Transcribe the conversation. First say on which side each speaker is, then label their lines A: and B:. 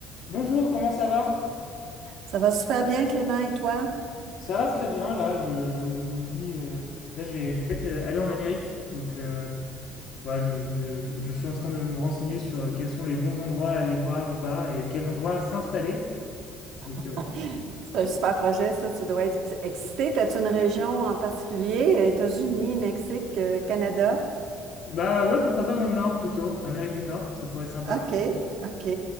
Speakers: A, on the left; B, on the right.
A: Bonjour, comment ça va?
B: Ça va super bien, Clément, et toi?
A: Ça va très bien, là, je, je me dis, euh, là, je vais, je vais peut-être euh, aller en Amérique. Donc, euh, voilà, je, je me- je suis en train de me renseigner sur euh, quels sont les bons endroits à aller voir ou pas, et quels endroits s'installer. Donc,
B: <laughs>
A: euh, voilà.
B: C'est un super projet, ça. Tu dois être excité. T'as-tu une région en particulier? États-Unis, Mexique, euh, Canada?
A: Bah ouais, pourquoi pas dans le Nord plutôt, Amérique du Nord, ça pourrait être sympa.
B: OK, OK.